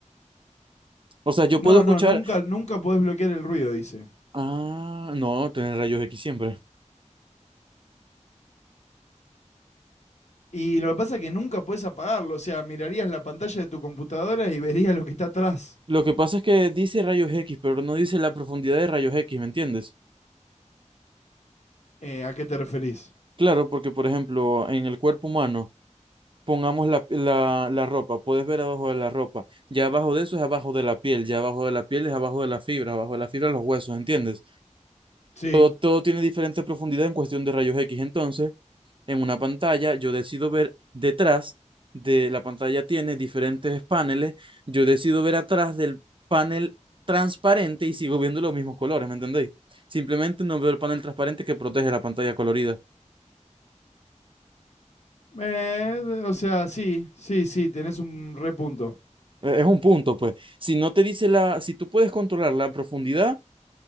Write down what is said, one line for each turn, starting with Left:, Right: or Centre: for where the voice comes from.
Right: O sea, yo
Left: No,
Right: puedo escuchar...
Left: no, nunca, nunca podés bloquear el ruido, dice.
Right: Ah, no, tener rayos X siempre.
Left: Y lo que pasa es que nunca podés apagarlo, o sea, mirarías la pantalla de tu computadora y verías lo que está atrás.
Right: Lo que pasa es que dice rayos X, pero no dice la profundidad de rayos X, ¿me entiendes?
Left: Eh, ¿a qué te referís?
Right: Claro, porque por ejemplo, en el cuerpo humano... pongamos la, la, la ropa, puedes ver abajo de la ropa, ya abajo de eso es abajo de la piel, ya abajo de la piel es abajo de la fibra, abajo de la fibra los huesos, ¿entiendes?
Left: Sí.
Right: Todo, todo tiene diferente profundidad en cuestión de rayos X, entonces en una pantalla yo decido ver detrás de la pantalla tiene diferentes paneles, yo decido ver atrás del panel transparente y sigo viendo los mismos colores, ¿me entendéis? Simplemente no veo el panel transparente que protege la pantalla colorida.
Left: Eh, o sea, sí, sí, sí, tenés un repunto.
Right: Eh, Es un punto, pues. Si no te dice la, si tú puedes controlar la profundidad,